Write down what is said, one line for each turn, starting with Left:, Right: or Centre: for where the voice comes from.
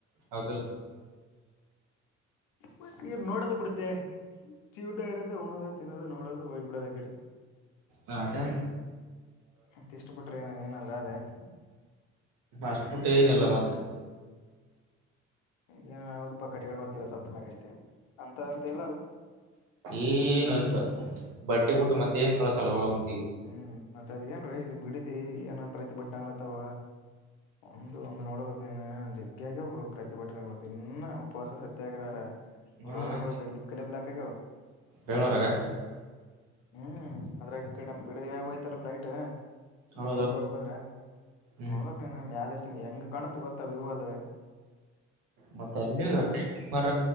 Right: ಅಲ್
Left: ಮತ್ತನ್ ನೋಡದು ಬಿಡುತ್ತೆ ಚ್ಯೂಟ ಆ ಇರದದು ಉಣೋದು ತಿನ್ನೋದು ನೋಡೋದು ಹೋಗ್ಬಿಡೋದ ಕಡೆ
Right: ಹಾಟ
Left: ಮತ್ತ ಇಷ್ಟ ಬಿಟ್ರಿ ಏನ ಏನಾದ್ರ ಅದೇ ಏನ್
Right: ಅಷ್ಟಬಿಟ್ಟು ಏನಿಲ್ಲ ಮತ್ತೆ
Left: ಯಾವದ ಪ ಕಟ್ಕೊಂಡು ದ್ತೀವ ಸತ್ತ ಮ್ಯಾಗಂತೆ ಅಂತದಂತ ಇಲ್ಲಲ್ಲ
Right: ಏನು ಇ ಬಟ್ಟೆ ಬಿಟ್ಟು ಮತ್ತೆ ಏನ್ ಕಳಸಲ್ಲ ಹೋಗ ಮತಿ
Left: ಹ್ಮ್ ಮತ್ತ ಅದ್ ಏನ್ರೀ ಇಲ್ಲಿ ಬಿಡಿದಿ ಏನ್ ಪ್ರತಿಭಟನೆ ಅಲ್ಲತ್ತವ ಒಂದು ಒಂದು ನೋಡ್ಬೇಕ ನೀನ್ ಜಗ್ಗ್ಯಗ ಹಡು ಪ್ರತಿಭಟನೆಗಳು ದನ್ನ ಉಪವಾಸ ಸತ್ಯಾಗ್ರಹ
Right: ಹಾ
Left: ರೋಡ್ಗಳು
Right: ಹಂಗೆ
Left: ಬ ಕೆಲೆ ಬ್ಲಾಕ್ಗೋ
Right: ಬೆಂಗಳೂರಾಗ
Left: ಹ್ಮ್ ಅದ್ರಾಗಿ ಕಡೆ ಬಿಡದಿವ ಆಗೋಯ್ತಲ್ಲ ಫೈಟ್
Right: ಹೌದೌದು
Left: ಬೆಂಗಳೂರ್ಗ್ ಹೋಗ್ಬದ್ರ
Right: ಹ್ಮ್
Left: ನೋಡ್ಬಕ್ ನೀನು ಮ್ಯಾಲಸ್ ಹೆಂಗ್ ಕಾಣತ್ ಗೊತ್ತ ವ್ಯವ ಅದ
Right: ಮತ್ತೆ ಅ
Left: ಅನ
Right: ಮರ